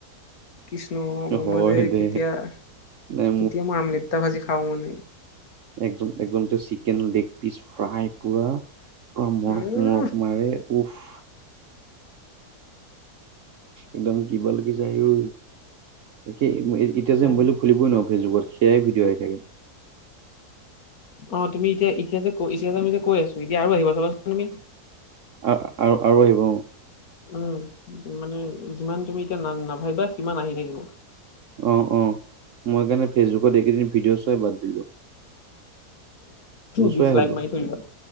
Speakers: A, on the left; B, on the right.
A: কৃষ্ণ
B: হয়
A: মই যে
B: দে
A: কেতিয়া?
B: নাই
A: কিতিয়া আমলেট ভাজি খাওঁ মান
B: একজন একজন তেওঁ <unintelligible> চিকেন লেগ পিচ ফ্ৰাই পুৰা, পুৰা মৰক
A: উম
B: মৰক মাৰি, উফ! একদম কিবা লাগে যায় ঐ। সেই এতিয়া
A: পইচা
B: যে মোবাইলটো খুলিবই নোৱাৰোঁ ফেচবুকত, সেয়াই ভিডিঅ' আহি থাকে।
A: অ', তুমি এতিয়া ইতিয়া ইতিয়া আমি যে কৈ আছো এতিয়া আৰু আহিবা চাবাচোন তুমি।
B: আৰু-আৰু আহিব অ'।
A: উম, মানে যিমান তুমি এতিয়া না-নাভাবিবা সিমান আহি থাকিব।
B: অ', অ', মই কাৰণে ফেচবুকত এইকেইদিন ভিডিঅ' চোৱাই বাদ দিলো। নোচোৱাই
A: ডিছ লাইক
B: হলো
A: মাৰি থৈ দিবা।